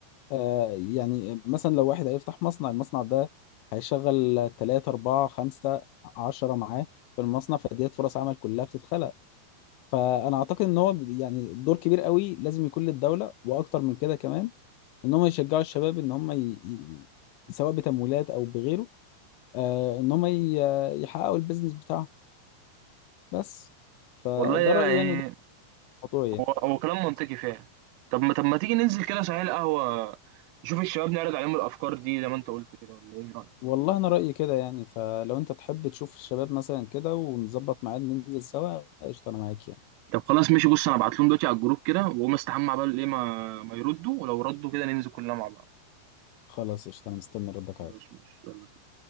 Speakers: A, on the left; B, on the right.
A: آه يعني مثلا لو واحد هيفتح مصنع المصنع ده هيشغل ثلاثة أربعة خمسة عشرة معاه في المصنع فديت فرص عمل كلها بتتخلق فأنا أعتقد إن هو ب- يعني دور كبير قوي لازم يكون للدولة وأكتر من كده كمان ان هم يشجعوا الشباب ان هم ي... ي... سواء بتمويلات او بغيره آه ان هم ي... يحققوا البيزنس بتاعهم بس فده
B: والله يعني
A: رأيي يعني وده الموضوع يعني
B: هو هو كلام منطقي فعلا طب ما طب ما تيجي ننزل كده صحيح القهوه نشوف الشباب نعرض عليهم الافكار دي زي ما انت قلت كده ولا ايه رايك
A: والله انا رأيي كده يعني فلو انت تحب تشوف الشباب مثلا كده ونظبط ميعاد ننزل سوا قشطة انا معاك يعني
B: طب خلاص ماشي بص انا ابعت لهم دلوقتي على الجروب كده واقوم استحمى عبال ايه ما ما يردوا ولو ردوا كده ننزل كلنا مع بعض
A: خلاص قشطة انا مستني ردك
B: خلاص
A: عليا
B: ماشي يلا بينا